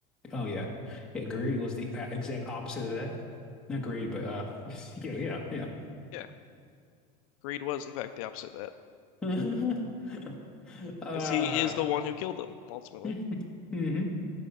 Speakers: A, in the centre; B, on the left.
A: Oh yeah, yeah. Greed was the uh, exact opposite of that. Not greed, but uh, <laughs> yeah, yeah,
B: Yeah, Greed was, in fact, the opposite of that,
A: yeah. <laughs> Uh,
B: as he is the one who killed him ultimately.
A: <laughs> hmm